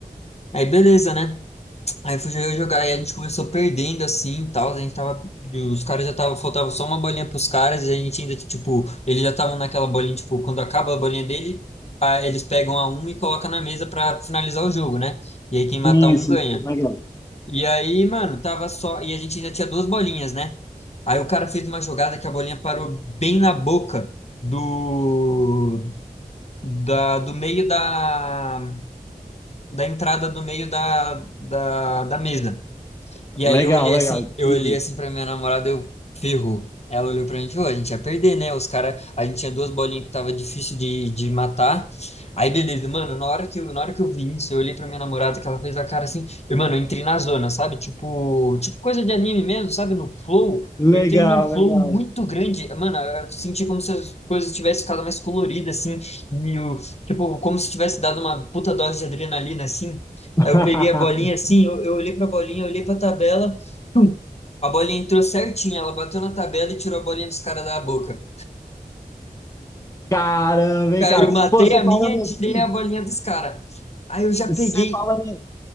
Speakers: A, on the left; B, on the left.
A: Aí, beleza, né? Aí fui eu jogar e a gente começou perdendo assim e tal. A gente tava. Os caras já tava. Faltava só uma bolinha pros caras e a gente ainda, tipo. Eles já estavam naquela bolinha, tipo, quando acaba a bolinha dele, a- eles pegam a um e colocam na mesa pra finalizar o jogo, né? E aí quem mata
B: Sim,
A: um
B: sim,
A: ganha.
B: sim, legal.
A: E aí, mano, tava só. E a gente ainda tinha duas bolinhas, né? Aí o cara fez uma jogada que a bolinha parou bem na boca do. Da, do meio da. Da entrada do meio da, da, da mesa. E
B: Legal,
A: aí eu olhei
B: legal.
A: assim, eu
B: Uhum.
A: olhei assim pra minha namorada, eu ferrou. Ela olhou pra mim e falou, a gente ia perder, né? Os caras, a gente tinha duas bolinhas que tava difícil de, de matar. Aí beleza, mano, na hora que eu, na hora que eu vi isso, eu olhei pra minha namorada que ela fez a cara assim, eu, mano, eu entrei na zona, sabe? Tipo, tipo coisa de anime mesmo, sabe? No flow.
B: Legal,
A: Eu entrei num flow
B: legal.
A: muito grande, mano, eu senti como se as coisas tivessem ficado mais coloridas, assim, e o, tipo, como se tivesse dado uma puta dose de adrenalina, assim,
B: <laughs>
A: Aí eu peguei a bolinha assim, eu, eu olhei pra bolinha, eu olhei pra tabela, a bolinha entrou certinho, ela bateu na tabela e tirou a bolinha dos caras da boca.
B: Caramba,
A: Cara,
B: hein, cara?
A: eu matei
B: Pô, você
A: a
B: falando
A: minha e tirei
B: assim,
A: a bolinha dos caras. Aí eu já peguei.
B: você falando.